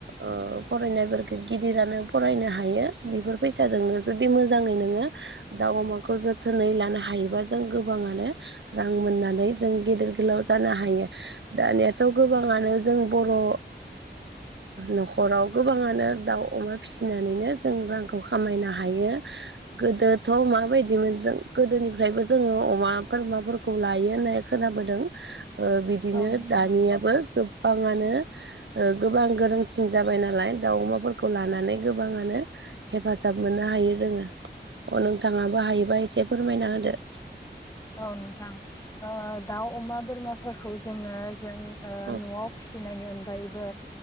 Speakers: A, on the right; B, on the left.
A: ओ फरायनायफोरखो गिदिरानो फरायनो हायो। बेफोर फैसाजोंनो जुदि मोजाङै नोङो दाउ अमाखौ जोथोनै लानो हायोबा जों गोबाङानो रां मोननानै जों गिदिर गोलाव जानो हायो। दानियाथ' गोबाङानो जों बर'ओ न'खराव गोबाङानो दाउ अमा फिसिनानैनो जों रांखौ खामायनो हायो। गोदोथ' माबायदिमोन जों गोदोनिफ्रायबो जोङो अमा बोरमाफोरखौ खौ लायो होननाय खोनाबोदों ओ बिदिनो
B: औ नोंथां
A: दानियाबो
B: नंगौ
A: गोबाङानो गोबां ओ गोरोंसिन जाबाय नालाय दाउ अमा खौ लानानै गोबाङानो हेफाजाब मोननो हायो जोङो अ नोंथाङाबो हायोबा एसे फोरमायना होदो।
B: औ नोंथां ओ दाउ अमा बोरमाफोरखौ जोङो जों
A: औ
B: न'आव फिसिनायनि अनगायैबो